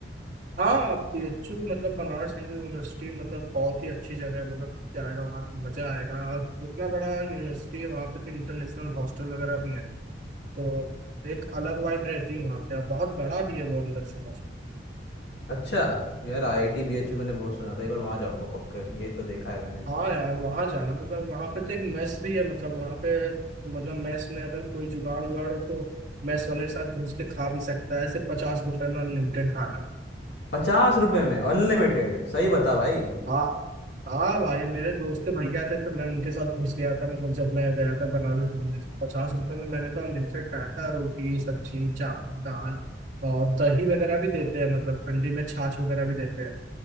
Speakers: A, on the right (about 45°); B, on the left (about 70°).
A: हाँ बीएचयू मतलब बनारस हिंदू यूनिवर्सिटी मतलब बहुत ही अच्छी जगह है मतलब जाएगा वहाँ पे मजा आएगा और उतना बड़ा यूनिवर्सिटी है वहाँ पे तो इंटरनेशनल हॉस्टल वगैरह भी है तो एक अलग वाइब रहती है वहाँ पे और बहुत बड़ा भी है वो अंदर से
B: अच्छा यार आईआईटी बीएचयू मैंने बहुत सुना था एक बार वहां जाऊंगा पक्का ये तो देखा है मैंने
A: हाँ यार वहाँ जाना मतलब वहाँ पे तो एक मैस भी है मतलब वहाँ पे तो मतलब मैस में अगर कोई जुगाड़ उगाड़ हो तो मैस वाले के साथ घुस के खा भी सकता है सिर्फ पचास रुपए में अनलिमिटेड खाना
B: पचास रुपए में अनलिमिटेड सही बता भाई
A: हाँ हाँ भाई मेरे दोस्त के भैया थे तो मैं उनके साथ घुस गया था मतलब जब मैं गया था बनारस घूमने तो पचास रुपए में मैंने तो अनलिमिटेड खाया था रोटी सब्जी चावल दाल और दही वगैरह भी देते हैं मतलब ठंडी में छाछ वगैरह भी देते हैं